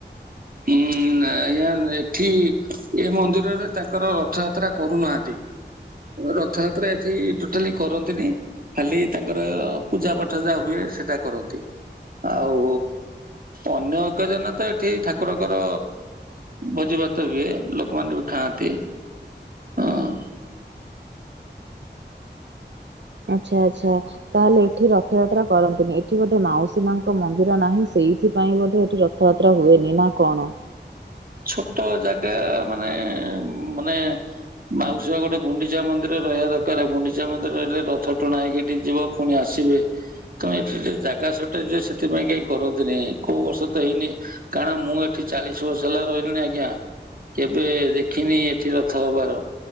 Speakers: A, on the right (about 50°); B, on the right (about 75°).
A: ଉଁ ନାଁ ଆଜ୍ଞା ଏଠି ଏ ମନ୍ଦିରରେ ତାଙ୍କର ରଥଯାତ୍ରା କରୁନାହାନ୍ତି। ରଥଯାତ୍ରା ଏଠି ଟୋଟାଲି କରନ୍ତିନି। ଖାଲି ତାଙ୍କର ପୂଜା ପାଠ ଯାହା ହୁଏ ସେଟା କରନ୍ତି। ଆଉ ଅନ୍ୟ ଏକ ଦିନ ତ ଏଠି ଠା କୁରଙ୍କର ଭୋଜିଭାତ ହୁଏ। ଲୋକମାନେ ବି ଖାଆନ୍ତି। ହଁ।
B: ଆଚ୍ଛା ଆଚ୍ଛା ତାହେଲେ ଏଠି ରଥଯାତ୍ରା କରନ୍ତିୁନି। ଏଠି ବୋଧେ ମାଉସୀ ମାଙ୍କ ମନ୍ଦିର ନାହିଁ ସେଇଥିପାଇଁ ବୋଧେ ଏଠି ରଥଯାତ୍ରା ହୁଏନି ନା କଣ?
A: ଛୋଟ ଜାଗା ମାନେ ମାନେ ମାଉ ଗୋଟେ ଗୁଣ୍ଡିଚା ମନ୍ଦିର ରହିବା ଦରକାର। ଗୁଣ୍ଡିଚା ମନ୍ଦିର ରହିଲେ ରଥ ଟଣା ହେଇକି ହେଠିକି ଯିବ ପୁଣି ଆସିବେ। ତମ ଏଠି ଟିକେ ଜାଗା ସଟେଯ ସେଥିପାଇଁ କାଇଁ କରନ୍ତିନି କୋଉ ବର୍ଷ ତ ହେଇନି। କାରଣ ମୁଁ ଏଠି ଚାଳିଶ ବର୍ଷ ହେଲା ରହିଲିଣି ଆଜ୍ଞା। କେବେ ଦେଖିନି ଏଠି ରଥ ହବାର